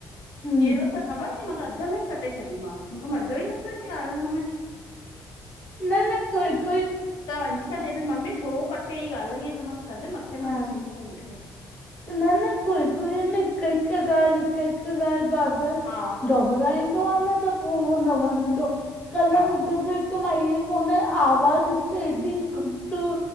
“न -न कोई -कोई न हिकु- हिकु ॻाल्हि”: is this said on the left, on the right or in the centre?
Left